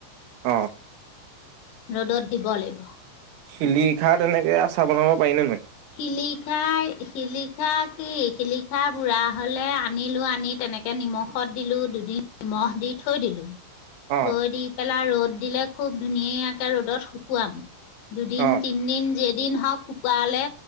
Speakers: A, on the right; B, on the left.
A: অ
B: ৰ'দত দিব লাগিব।
A: শিলিখা তেনেকে আচাৰ বনাব পাৰি নে নোৱাৰি?
B: শিলিখাই শিলিখা কি শিলিখা বুঢ়া হ'লে আনিলো, আনি তেনেকে নিমখত দিলো দুদিন নিমখ দি থৈ দিলো।
A: অ
B: থৈ দি পেলাই ৰ'দ দিলে খুব ধুনীয়াকে ৰ'দত শুকুৱাম। দুদিন-তিনদিন
A: অ
B: যে দিন হওক শুকুওৱালে।